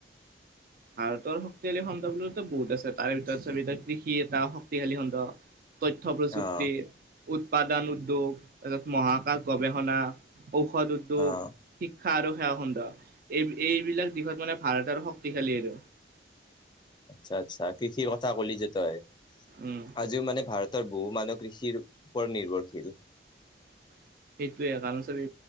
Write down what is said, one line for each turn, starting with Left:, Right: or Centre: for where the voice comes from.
Right: ভাৰতৰ শক্তিশালী খণ্ড বোলোতে বহুত আছে, তাৰ ভিতৰত চ কৃষি এটা শক্তিশালী খণ্ড। তথ্য প্ৰযুক্তি,
Left: অ'
Right: উৎপাদন উদ্যোগ ত মহাকাশ গৱেষণা ঔষধ উদ্যোগ
Left: অ'
Right: শিক্ষা আৰু সেৱা সুন্দৰ, এই এইবিলাক দিশত মানে ভাৰতৰ শক্তি শালি আৰু
Left: আচ্ছা, আচ্ছা, কৃষিৰ কথা কলি যে তই।
Right: উম
Left: আজিও মানে ভাৰতৰ বহু মানুহ কৃষিৰ ওপৰত নিৰ্ভৰশীল।
Right: সেইটোৱে কাৰণ চবে